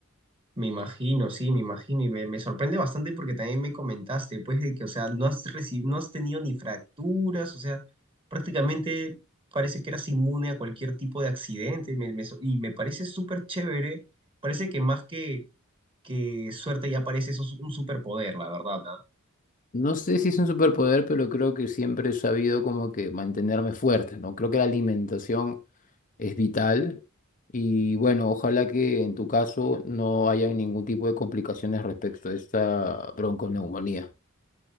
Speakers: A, on the right (about 25°); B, on the left (about 40°).
A: me imagino, sí, me imagino y me, me sorprende bastante porque también me comentaste, pues, de que, o sea, no has reci- no has tenido ni fracturas, o sea, prácticamente parece que eras inmune a cualquier tipo de accidente me- me so- y me parece súper chévere. Parece que más que que suerte ya parece eso un superpoder, la verdad, ¿ah?
B: No sé si es un superpoder, pero creo que siempre he sabido como que mantenerme fuerte, ¿no? Creo que la alimentación es vital y bueno, ojalá que en tu caso no haya ningún tipo de complicaciones respecto a esta bronconeumonía.